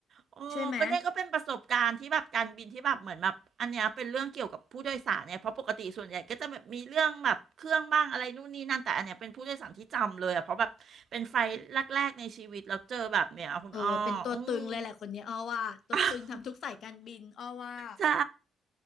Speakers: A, on the right; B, on the left.
A: โอ้ก็เนี่ยก็เป็นประสบการณ์ที่แบบการบินที่แบบเหมือนแบบอันเนี้ยเป็นเรื่องเกี่ยวกับผู้โดยสารเนี่ยเพราะปกติส่วนใหญ่ก็จะแบบมีเรื่องแบบเครื่องบ้างอะไรนู่นนี่นั่นแต่อันเนี้ยเป็นผู้โดยสารที่จำเลยอะเพราะแบบเป็นไฟล์แรกๆในชีวิตแล้วเจอแบบเนี้ยคุณอ้ออือ
B: ใช่ไหมเออเป็นตัวตึงเลยแหละคนเนี้ยอ้อว่าตัวตึงทำทุกสายการบินอ้อว่า
A: <laughs> ใช่